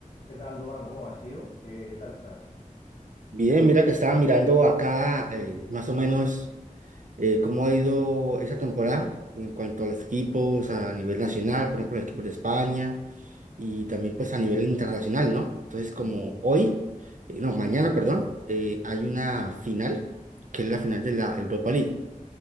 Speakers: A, on the left (about 70°); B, on the right (about 65°).
A: ¿Qué tal, Dubán? ¿Cómo vas, tío? ¿Qué, qué tal estás?
B: Bien, mira que estaba mirando acá eh, más o menos eh, cómo ha ido esa temporada en cuanto a los equipos a nivel nacional, por ejemplo, el equipo de España y también pues a nivel internacional, ¿no? Entonces como hoy, eh, no, mañana, perdón, eh, hay una final, que es la final de la Europa League,